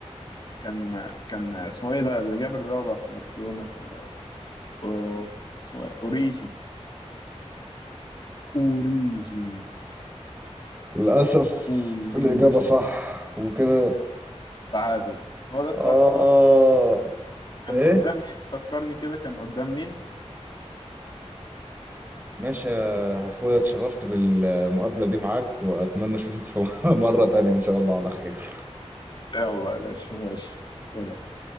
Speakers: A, on the left; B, on the right.
A: كان كان اسمه ايه ده اللي جاب الرابع في برشلونة اسمه أو- اسمه إيه؟ اوريجي اوريجي
B: للاسف
A: اوريجي
B: الاجابة صح وكده
A: تعادل هو ده السؤال
B: اه
A: الصعب كان
B: ايه
A: قدام مين فكرني كده كان قدام مين
B: ماشي يا اخويا اتشرفت بالمقابلة دي معاك واتمنى اشوفك في <laughs> مرة تانية ان شاء الله على خير
A: يلا يا باشا ماشي